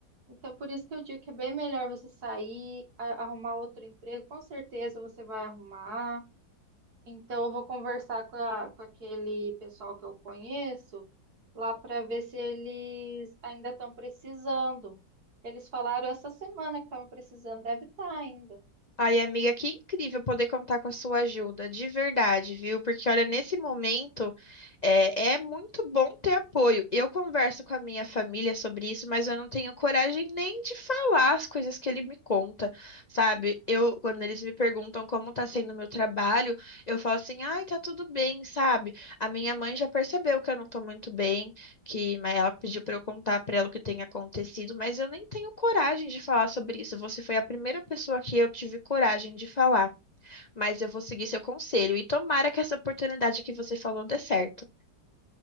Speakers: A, on the right; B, on the left.
A: Então, por isso que eu digo que é bem melhor você sair, a- arrumar outro emprego. Com certeza você vai arrumar. Então, eu vou conversar com, a- com aquele pessoal que eu conheço lá pra ver se eles ainda estão precisando. Eles falaram essa semana que estavam precisando, deve estar ainda.
B: Ai, amiga, que incrível poder contar com a sua ajuda, de verdade, viu? Porque, olha, nesse momento é, é muito bom ter apoio. Eu converso com a minha família sobre isso, mas eu não tenho coragem nem de falar as coisas que ele me conta, sabe? Eu, quando eles me perguntam como tá sendo o meu trabalho, eu falo assim, ai, tá tudo bem, sabe? A minha mãe já percebeu que eu não tô muito bem que mas ela pediu para eu contar para ela o que tem acontecido, mas eu nem tenho coragem de falar sobre isso. Você foi a primeira pessoa que eu tive coragem de falar, mas eu vou seguir seu conselho e tomara que essa oportunidade que você falou dê certo.